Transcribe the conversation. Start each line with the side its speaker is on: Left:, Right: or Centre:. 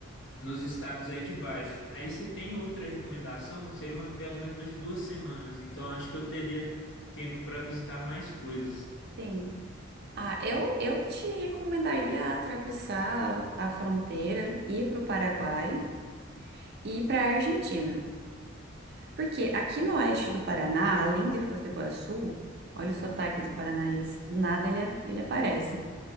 Left: Nos estados aí de baixo. Aí você tem outra recomendação? Seria uma viagem mais ou menos de duas semanas, então acho que eu teria tempo para visitar mais coisas.
Right: sim. Ah, eu, eu te recomendaria atravessar a fronteira, ir para o Paraguai e ir para a Argentina. Porque aqui no oeste do Paraná, além de Foz do Iguaçu, olha o sotaque de paranaense, do nada ele, ele aparece.